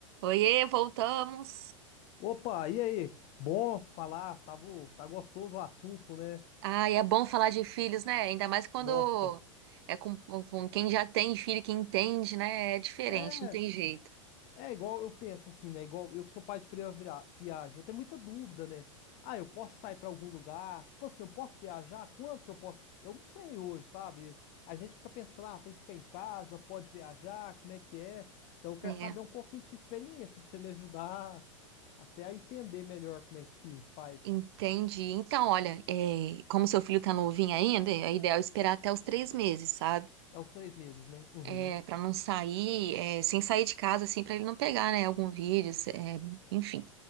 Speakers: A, on the right (about 50°); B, on the left (about 40°).
A: Oiê, voltamos.
B: Opa, e aí? Bom falar, tava, tá gostoso o assunto, né?
A: Ah, e é bom falar de filhos, né? Ainda mais quando
B: Nossa,
A: é com, com quem já tem filho, que entende, né? É diferente,
B: é,
A: não tem jeito.
B: é igual eu penso assim, né? Igual eu que sou pai de primeira via- viagem, eu tenho muita dúvida, né? Ah, eu posso sair pra algum lugar? Tipo assim, eu posso viajar? Quanto que eu posso? Eu não sei hoje, sabe? A gente fica pensando, ah, tem que ficar em casa, pode viajar, como é que é? Então eu quero
A: É,
B: saber um pouquinho de sua experiência pra você me ajudar até a entender melhor como é que fi- faz.
A: entendi. Então, olha, é, como seu filho tá novinho ainda, é ideal esperar até os três meses, sabe?
B: É os três meses, né? Uhum.
A: É, para não sair, é, sem sair de casa, assim, para ele não pegar, né? Algum vírus, é, enfim.